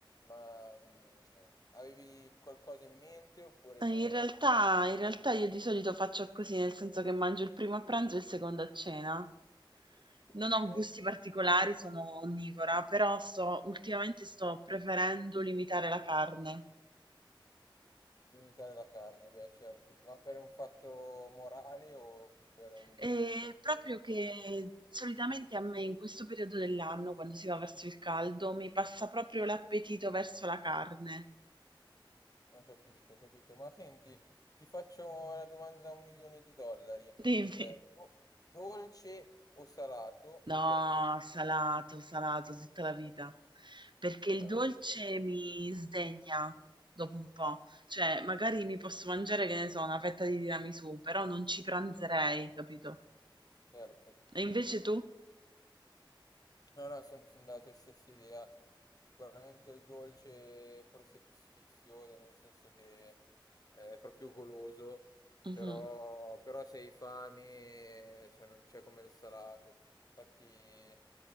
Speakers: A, on the left (about 45°); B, on the right (about 65°).
A: Ma mh, avevi qualcosa in mente oppure...
B: Eh, In realtà, in realtà io di solito faccio così, nel senso che mangio il primo a pranzo e il secondo a cena. Non
A: Ok,
B: ho gusti particolari, sono onnivora, però sto, ultimamente sto preferendo limitare la carne.
A: limitare la carne, beh certo, ma per un fatto morale o più per un
B: Ehm,
A: gusto?
B: proprio che solitamente a me in questo periodo dell'anno, quando si va verso il caldo, mi passa proprio l'appetito verso la carne.
A: Ho capito, ho capito. Ma senti, ti faccio una domanda da un milione di dollari.
B: <laughs> Dimmi.
A: Eh, o- dolce o salato
B: No,
A: e perché?
B: salato, salato tutta la vita, perché il
A: Ah,
B: dolce mi sdegna dopo un po', cioè magari mi posso mangiare, che ne so, una fetta di tiramisù, però non ci pranzerei, capito?
A: Certo.
B: E invece tu?
A: No, no, sono andato della tua stessa idea. Sicuramente il dolce forse è più sfizioso, nel senso che è proprio goloso,
B: Mhm.
A: però, però se hai fame, cioè, non c'è come il salato. Infatti,